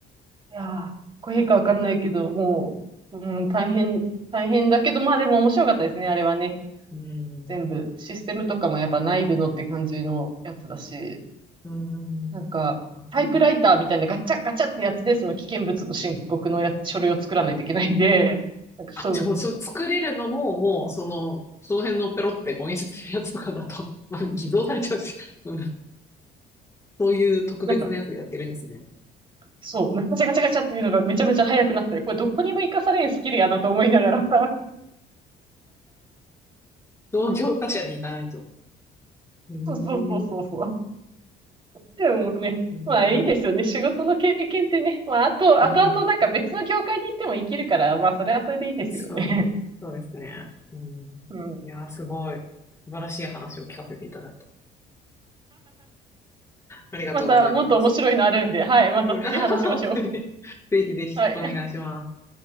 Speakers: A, on the right (about 30°); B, on the left (about 15°).
A: いやー、かっこいいかわかんないけど、もう、うん、大変、大変だけど、まあでも面白かったですね、あれはね。
B: うん。
A: 全部、システムとかもやっぱ内部のって感じのやつだし、
B: うん。
A: なんか、
B: すごい
A: タイプライターみたいなガチャガチャってやつで、その危険物の申告のやつ、書類を作らないといけないんで、なんかそう、
B: あ、じゃあもう、それ作れるのも、もう、その、その辺のペロってこう印刷するやつとかだと、<laughs> まあ、偽造されちゃうし、うん。そういう特別なやつやってるんですね。
A: なんか、そう、なんかガチャガチャガチャっていうのがめちゃめちゃ早くなったり、これどこにも活かされんスキルやなと思いながら、<laughs>
B: 同業他社に行かないと。ええ、
A: そうそうそうそうそう。でもね、
B: すごい。
A: まあいいですよね。仕事の経験ってね。まああと、
B: うん。
A: あとあとなんか別の業界に行っても生きるから、まあそれはそれでいいですよね。
B: そう、そうですね。うん。
A: <laughs> うん。
B: いやー、すごい、素晴らしい話を聞かせていただいた。
A: <laughs>
B: ありがとうございます。
A: またもっと面白いのあるんで、はい。また次話しましょう。
B: うん、あはは本当に。ぜひぜひ、
A: はい。
B: お願いします。